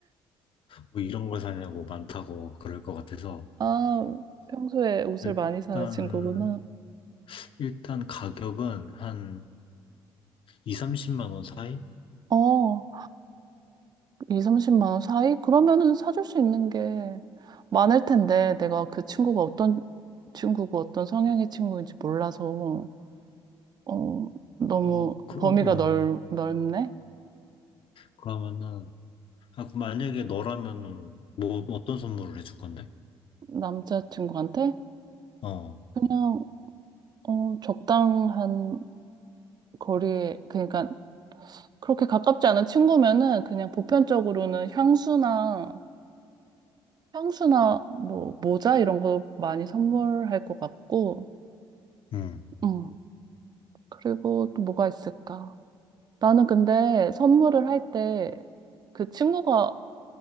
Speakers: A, on the left; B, on the right.
A: 뭐 이런 걸 사냐고 많다고 그럴 것 같아서
B: 아, 평소에 옷을
A: 일단
B: 많이 사는 친구구나.
A: 일단 가격은 한 2, 30만 원 사이?
B: 어, 2, 30만 원 사이? 그러면은 사줄 수 있는 게 많을 텐데, 내가 그 친구가 어떤 친구고 어떤 성향의 친구인지 몰라서, 어, 너무
A: 어, 그,
B: 범위가
A: 어,
B: 넓, 넓네?
A: 그러면은 아, 그 만약에 너라면은 뭐 어떤 선물을 해줄 건데?
B: 남자친구한테?
A: 어,
B: 그냥, 어, 적당한 거리에, 그러니까, 그렇게 가깝지 않은 친구면은 그냥 보편적으로는 향수나 향수나 뭐 모자 이런 거 많이 선물할 것 같고,
A: 음.
B: 음. 그리고 또 뭐가 있을까? 나는 근데 선물을 할 때 그 친구가